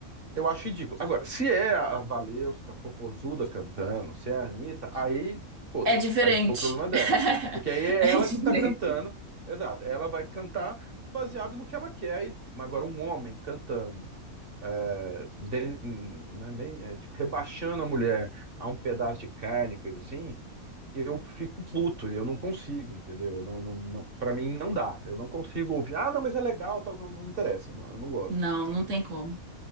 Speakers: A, on the right; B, on the right.
A: eu acho ridículo. Agora, se é a Valesca Popozuda cantando, se é a Anitta, aí foda-se.
B: É diferente.
A: Aí, tipo, é o problema é dela.
B: <laughs>
A: Porque aí é
B: É
A: ela
B: diferente.
A: que tá cantando. Exato. Ela vai cantar baseado no que ela quer. E... mas Agora, um homem cantando, é, den- hum, não é nem, é, tipo, rebaixando a mulher a um pedaço de carne, coisa assim, eu fico puto. Eu não consigo, entendeu? Eu não, não, não, pra mim, não dá. Eu não consigo ouvir. Ah, não, mas é legal, tal. Não, não interessa. não- eu não gosto.
B: Não, não tem como.